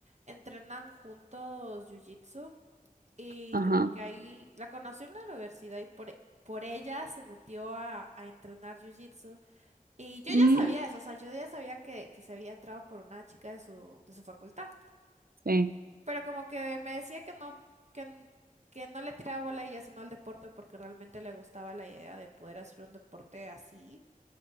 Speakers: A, on the right; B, on the right.
A: entrenan juntos jiu-jitsu y
B: Ajá.
A: como que ahí la conoció en la universidad y por, por ella se metió a, a entrenar jiu-jitsu. Y yo ya
B: Mm,
A: sabía eso, o sea, yo ya sabía que, que se había entrado por una chica de su, de su facultad.
B: sí.
A: Pero como que me decía que no, que, n- que no le tiraba bola a ella, sino al deporte, porque realmente le gustaba la idea de poder hacer un deporte así.